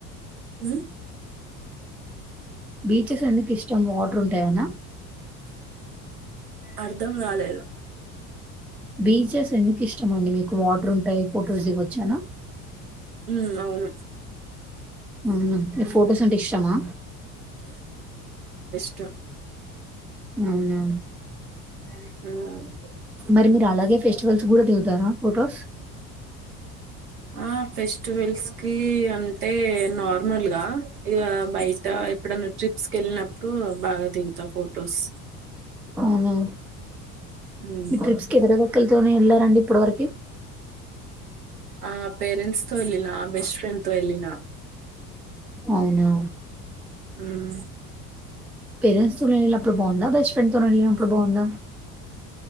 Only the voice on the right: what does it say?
హుమ్.
అర్ధం కాలేదు.
ఉ అవును.
త
<inaudible>
ఆ ఫెస్టివల్స్ కి అంటే, నార్మల్ గా ఇగ. బైట ఎక్కడ నుంచి. స్కెళ్ళినప్పుడు, బాగా దిగుతా ఫోటోస్.
ఉమ్
ఆ పేరెంట్స్ తో ఎళ్ళిన, బెస్ట్ ఫ్రెండ్ తో ఎళ్ళిన.
ఉమ్.